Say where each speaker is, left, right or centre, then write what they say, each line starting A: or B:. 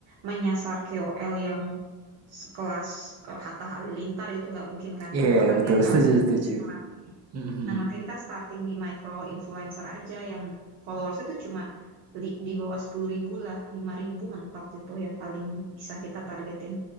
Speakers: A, on the right; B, on the right.
A: menyasar KOL yang sekelas eh, Hatta Halilintar itu nggak mungkin kan
B: Iya,
A: ya. Itu kan
B: betul,
A: dia
B: <laughs>
A: terlalu
B: setuju setuju.
A: besar.
B: Mhm mhm.
A: Nah, makanya kita starting di micro influencer aja yang followersnya tuh cuma li- di bawah sepuluh ribu lah, lima ribu mentok gitu yang paling bisa kita targetin.